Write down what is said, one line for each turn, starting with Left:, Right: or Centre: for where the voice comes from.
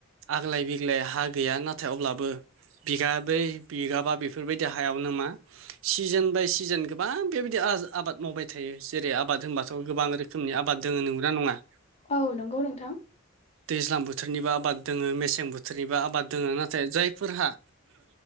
Right: आग्लाय बिग्लाय हा गैया नाथाय अब्लाबो बिगाब्रै बिगाबा बेफोरबायदि हायावनो मा सिजोन बाय सिजोन गोबां बेबायदि आबाद मावबाय थायो जेरै आबाद होनबाथ' गोबां रोखोमनि आबाद जोङो नुग्रा नङा <unintelligible>
Left: औ नंगौ नोंथां
Right: दैज्लां बोथोरनिबो आबाद दोङो मेसें बोथोरनिबो आबाद दोङो नाथाय जायफोरहा